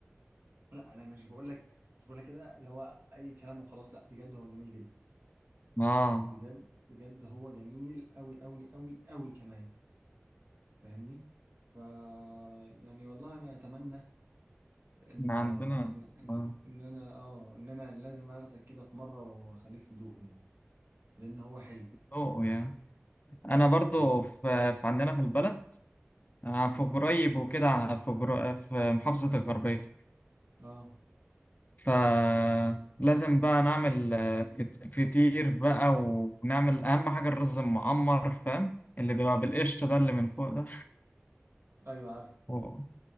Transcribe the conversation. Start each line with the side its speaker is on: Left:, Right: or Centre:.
Right: لا انا مش بقول لك مش بقول لك كده اللي هو اي كلام وخلاص لا بجد هو جميل جدا
Left: اه
Right: بجد بجد هو جميل أوي أوي أوي أوي كمان فاهمني ف يعني والله انا اتمنى ان
Left: احنا عندنا
Right: ان ان,
Left: اه
Right: إن انا اه ان انا لازم اخدك كده في مره واخليك تدوقه يعني لان هو حلو
Left: ذوق يعني انا برضو
Right: فاهم
Left: في, في عندنا في البلد آه، في
Right: امم
Left: قريب وكده في جر... في محافظة الغربية
Right: اه
Left: فلازم بقى نعمل آه، فت- فطير بقى ونعمل اهم حاجة الرز المعمر فاهم اللي بيبقى بالقشطة ده اللي من فوق ده
Right: ايوه عارف
Left: و...